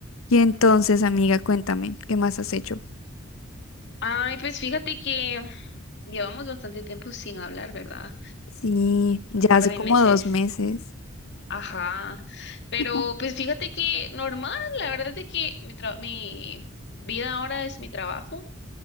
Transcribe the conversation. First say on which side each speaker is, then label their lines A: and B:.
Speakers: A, on the left (about 80°); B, on the left (about 60°).
A: Y entonces, amiga, cuéntame, ¿qué más has hecho?
B: Ay, pues fíjate que llevamos bastante tiempo sin hablar, ¿verdad?
A: Sí,
B: Un
A: ya
B: par
A: hace
B: de
A: como
B: meses.
A: dos meses.
B: Ajá. Pero
A: <laughs>
B: pues fíjate que normal, la verdad es de que mi tra- mi vida ahora es mi trabajo.